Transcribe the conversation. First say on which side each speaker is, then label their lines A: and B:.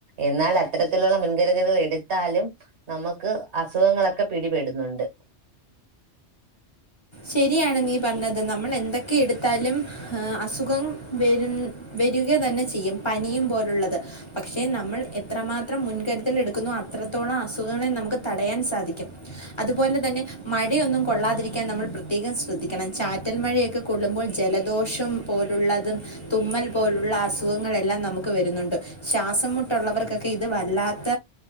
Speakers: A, on the right; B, on the left.
A: എന്നാൽ അത്തരത്തിലുള്ള മുൻകരുതലുകൾ എടുത്താലും നമുക്ക് അസുഖങ്ങളൊക്കെ പിടിപെടുന്നുണ്ട്.
B: ശരിയാണ് നീ പറഞ്ഞത് നമ്മൾ എന്തൊക്കെ എടുത്താലും അസുഖം വരും വരിക തന്നെ ചെയ്യും പനിയും പോലുള്ളത് പക്ഷെ നമ്മൾ എത്രമാത്രം മുൻകരുതൽ എടുക്കുന്നു അത്രത്തോളം അസുഖങ്ങളെ നമുക്ക് തടയാൻ സാധിക്കും. അതുപോലെ തന്നെ മഴയൊന്നും കൊള്ളാതിരിക്കാൻ നമ്മൾ പ്രത്യേകം ശ്രദ്ധിക്കണം ചാറ്റൽ മഴയൊക്കെ കൊള്ളുമ്പോൾ ജലദോഷം പോലുള്ളതും തുമ്മൽ പോലുള്ള അസുഖങ്ങളെല്ലാം നമുക്ക് വരുന്നുണ്ട്. ശാസംമുട്ടുള്ളവർക്കൊക്കെ ഇത് വല്ലാത്ത